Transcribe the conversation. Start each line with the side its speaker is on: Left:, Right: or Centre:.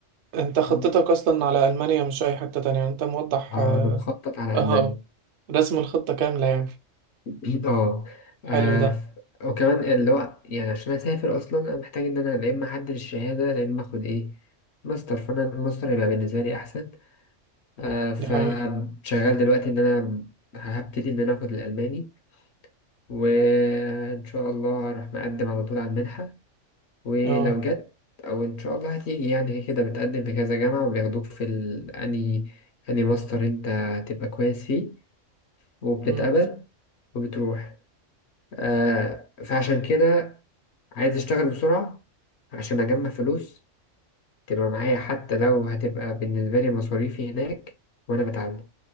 Right: انت خطتك
Left: مم.
Right: اصلا على المانيا مش اي حتة تانية يعني انت موضح
Left: آه
Right: اه
Left: أنا مخطط على
Right: آه،
Left: ألمانيا
Right: رسم الخطة كاملة يعني
Left: <clears throat> آه آه،
Right: حلو ده
Left: ف- وكمان اللي هو يعني عشان أسافر أصلا أنا محتاج إن أنا لا إما أعدل الشهادة لا إما آخد إيه ماستر فأنا الماستر هيبقى بالنسبة لي أحسن آه، فشغال
Right: دي حقيقة
Left: دلوقتي ان انا هبتدي ان انا اخد الالماني وان شاء الله هروح مقدم على طول على المنحه ولو
Right: اه
Left: جت او ان شاء الله هتيجي يعني كده بتقدم في كذا جامعه وبياخدوك في ال- اني اني ماستر انت هتبقى كويس فيه وبتتقبل
Right: امم
Left: وبتروح آه، فعشان كده عايز اشتغل بسرعه عشان اجمع فلوس تبقى معايا حتى لو هتبقى بالنسبه لي مصاريفي هناك وانا بتعلم